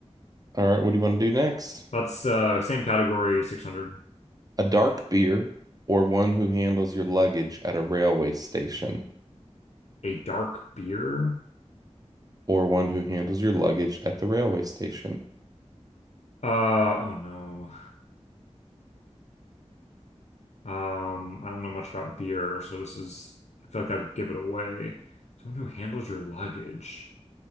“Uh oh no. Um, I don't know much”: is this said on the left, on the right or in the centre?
Left